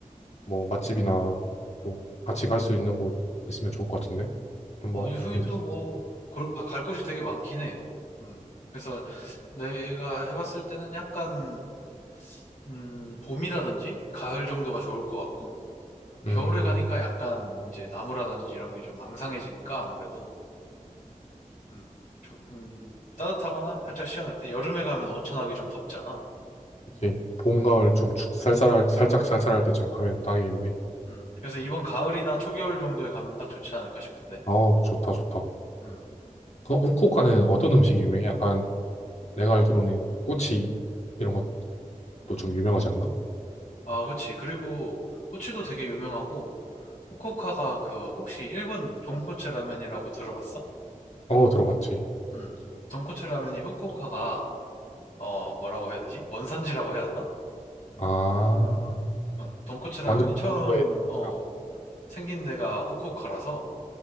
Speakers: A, on the left (about 55°); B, on the left (about 75°).
A: 뭐 맛집이나 또 같이 갈 수 있는 곳 있으면 좋을 것 같은데? 좀
B: 어,
A: 뭐,
B: 유후인도
A: 괜찮아.
B: 뭐, 골, 바- 갈 곳이 되게 많긴 해. 음. 그래서 내가 해봤을 때는 약간, 음, 봄이라든지 가을 정도가 좋을 것 같고,
A: 음,
B: 겨울에 가니까 약간 이제 나무라든지 이런 게 좀 망상해지니까 아무래도, 음, 조금 따뜻하거나 살짝 시원할 때, 여름에 가면 온천하기 좀 덥잖아.
A: 그치. 봄,
B: 음,
A: 가을 좀 추- 쌀쌀할, 살짝 쌀쌀할 때쯤 가면 딱이겠네.
B: 음. 그래서 이번 가을이나 초겨울 정도에 가면 딱 좋지 않을까 싶은데.
A: 어, 좋다, 좋다.
B: 음.
A: 그럼 후쿠오카는 어떤 음식이 유명해? 약간 내가 알기로는 꼬치 이런 것도 좀 유명하지 않나?
B: 아, 그치. 그리고 꼬치도 되게 유명하고, 후쿠오카가 그 혹시 일본 돈코츠 라면이라고 들어봤어?
A: 어, 들어봤지.
B: 음. 돈코츠 라면이 후쿠오카가 어 뭐라고 해야 되지? 원산지라고 해야 되나?
A: 아,
B: 음. 음. 돈코츠 라면이
A: 완전
B: 처음
A: 건조해. 대동차.
B: 어 생긴 데가 후쿠오카라서